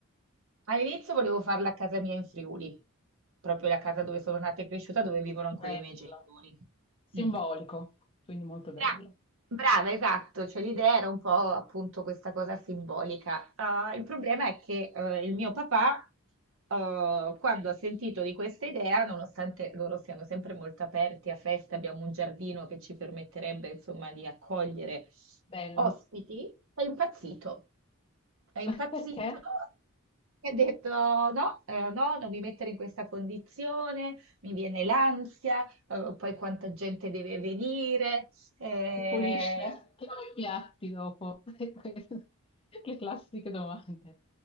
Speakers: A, on the right; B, on the left.
A: all'inizio volevo farla a casa mia in Friuli, proprio la casa dove sono nata e cresciuta, dove vivono ancora
B: bello.
A: i miei genitori.
B: Simbolico,
A: Mm.
B: quindi molto
A: Bra-
B: bello.
A: Brava, esatto, cioè l'idea era un po' appunto questa cosa simbolica. Ah, il problema è che eh, il mio papà, eh, quando ha sentito di questa idea, nonostante loro siano sempre molto aperti a feste, abbiamo un giardino che ci permetterebbe insomma di accogliere
B: Bello.
A: ospiti, è impazzito. È impazzito
B: <laughs> Perché?
A: e ha detto no, eh, no, non mi mettere in questa condizione, mi viene l'ansia, eh, poi quanta gente deve venire. Eh,
B: Che pulisce, che lava i piatti dopo. <laughs> E queste- Le classiche domande.